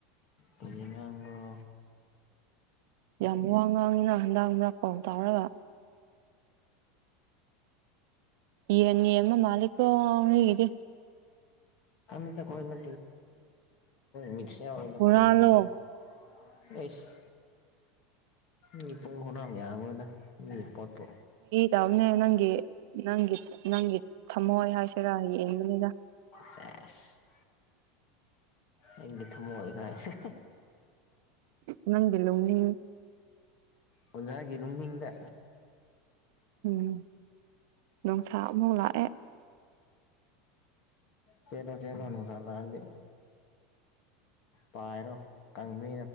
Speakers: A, on the left (about 35°); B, on the right (about 55°).
A: ꯀꯔꯤ ꯉꯥꯡꯕ꯭ꯔꯣ
B: ꯌꯥꯝ ꯋꯥ ꯉꯥꯡꯉꯤꯅ ꯍꯟꯗꯥꯡ ꯃꯔꯛꯄꯥꯎ ꯇꯥꯎꯔꯒ ꯌꯦꯅꯤꯑꯃ ꯃꯥꯂꯤꯀꯣ ꯑꯒꯗꯤ
A: ꯑꯗꯈꯣꯏꯅ ꯃꯤꯁꯌꯥ ꯑꯣꯏ
B: ꯍꯨꯔꯥꯜꯂꯣ
A: ꯈꯦ ꯁ ꯃꯤ ꯄꯨꯡ ꯍꯔꯥꯝ ꯌꯥꯃꯣꯏꯗ ꯃꯤ ꯄꯣꯠꯇꯣ
B: ꯌꯥꯎꯅꯦ ꯅꯪꯒꯤ ꯅꯪꯒꯤ ꯅꯪꯒꯤ ꯊꯝꯃꯣꯏ ꯍꯥꯏꯁꯤꯔꯥ ꯌꯦꯡꯕꯅꯤꯅ
A: ꯐꯦꯁ ꯑꯩꯒꯤ ꯊꯃꯣꯏꯒꯥꯏꯁ
B: ꯅꯪꯒ ꯂꯣ ꯎꯅꯤ
A: ꯑꯣꯖꯒꯤ ꯂꯨꯨꯝꯗꯤꯡꯗ
B: ꯎꯝ ꯅꯨꯡꯁꯥ ꯑꯃꯨꯛ ꯂꯥꯛꯑꯦ
A: ꯆꯦꯜꯂꯣ ꯆꯦꯜꯂꯣ ꯅꯨꯡꯁꯥꯥ ꯂꯛꯑꯗꯤ ꯄꯥꯏꯔꯣ ꯀꯥꯡ ꯃꯤ